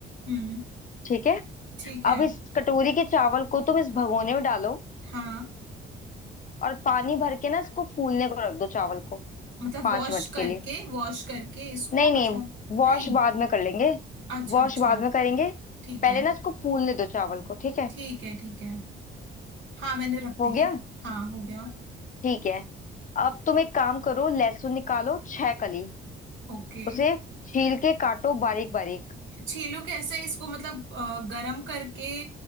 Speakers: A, on the right; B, on the left.
A: हम्म
B: ठीक है
A: ठीक है
B: अब इस कटोरी के चावल को तुम इस भगोने में डालो
A: हाँ
B: और पानी भर के ना इसको फूलने को रख दो चावल को
A: मतलब
B: पांच
A: वॉश
B: मिनट
A: करके
B: के लिए
A: वॉश करके इसको
B: नहीं नहीं
A: मतलब
B: वॉश
A: नहीं
B: बाद में कर लेंगे
A: अच्छा
B: वॉश
A: अच्छा
B: बाद में करेंगे
A: ठीक
B: पहले
A: है
B: ना इसको फूलने दो चावल को ठीक है
A: ठीक है ठीक है हाँ मैंने रख
B: हो
A: दिए
B: गया
A: हाँ हो गया
B: ठीक है अब तुम एक काम करो लहसुन निकालो छह कली
A: ओके
B: उसे छील के काटो बारीक बारीक
A: छीलो कैसे इसको मतलब अ, गरम करके